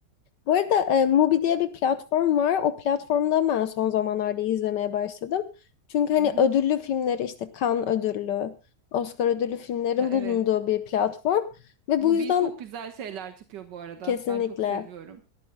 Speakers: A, on the left; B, on the right.
A: Bu arada e, Mubi diye bir platform var. O platformda ben son zamanlarda izlemeye başladım. Çünkü hani
B: Hı hı.
A: ödüllü filmleri işte Cannes ödüllü, Oscar ödüllü filmlerin
B: Ha, evet.
A: bulunduğu bir platform. Ve
B: Mobil
A: bu yüzden
B: çok güzel şeyler çıkıyor bu arada.
A: kesinlikle.
B: Ben çok seviyorum.